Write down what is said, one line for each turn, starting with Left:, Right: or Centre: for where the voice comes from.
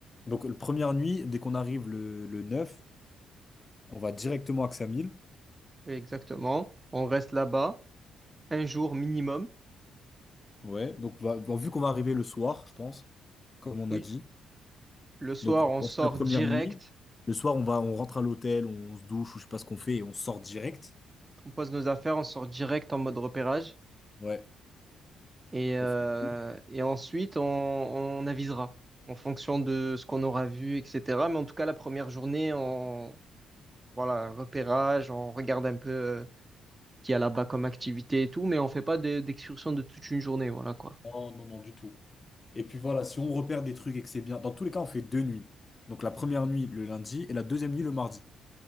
Left: Donc, la première nuit, dès qu'on arrive le, le 9, on va directement à Xamil.
Right: Exactement. On reste là-bas, un jour minimum.
Left: Ouais. Donc, va- bon, vu qu'on va arriver le soir, je pense, comme on
Right: Oui,
Left: a dit.
Right: le soir,
Left: Donc, on,
Right: on
Left: on
Right: sort
Left: fait la première
Right: direct.
Left: nuit. Le soir, on va, on rentre à l'hôtel, on se douche ou je sais pas ce qu'on fait et on sort direct.
Right: On pose nos affaires, on sort direct en mode repérage
Left: Ouais.
Right: et, euh,
Left: On fait tout.
Right: et ensuite on, on avisera en fonction de ce qu'on aura vu, etc. Mais en tout cas, la première journée, on, voilà, repérage, on regarde un peu euh, ce qu'il y a là-bas comme activité et tout, mais on fait pas de- d'excursion de toute une journée, voilà quoi.
Left: Non, non, non, du tout. Et puis voilà, si on repère des trucs et que c'est bien, dans tous les cas, on fait deux nuits. Donc, la première nuit le lundi et la deuxième nuit le mardi.